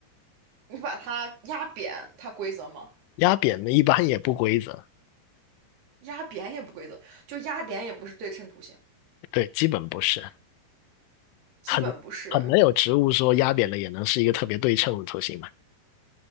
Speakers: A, on the right; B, on the left.
A: 你把它压扁，它规则吗？
B: 压扁的一般也不规则，
A: 压扁也不规则，就压扁也不是对称图形，
B: 对，基本不是，
A: 基本不是。
B: 很很难有植物说压扁了也能是一个特别对称的图形嘛，